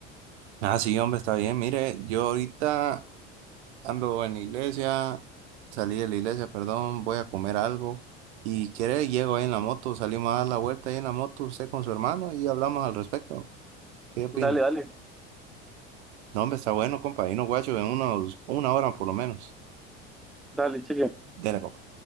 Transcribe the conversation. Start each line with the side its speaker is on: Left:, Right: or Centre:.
Right: Ah, sí, hombre, está bien. Mire, yo ahorita ando en la iglesia, salí de la iglesia, perdón, voy a comer algo. Y quiere, llego ahí en la moto, salimos a dar la vuelta ahí en la moto, usted con su hermano y hablamos al respecto. ¿Qué opina?
Centre: dale, dale,
Right: No, hombre, está bueno, compa. Y no, guacho, en unos, una hora por lo menos.
Centre: dale, cheque.
Right: Dele, compa.